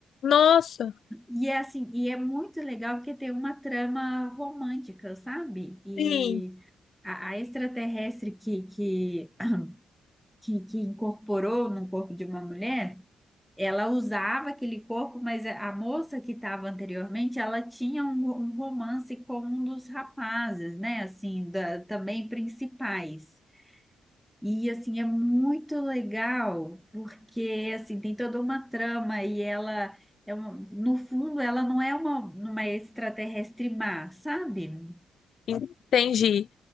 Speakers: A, on the left (about 55°); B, in the centre.
A: Nossa,
B: E é assim, e é muito legal porque tem uma trama romântica, sabe? E
A: sim,
B: a, a extraterrestre que, que, que, que incorporou no corpo de uma mulher, ela usava aquele corpo, mas a a moça que estava anteriormente, ela tinha um, um romance com um dos rapazes, né? Assim, da- também principais. E assim é muito legal porque assim tem toda uma trama e ela é uma, no fundo ela não é uma, uma extraterrestre má, sabe?
A: entendi.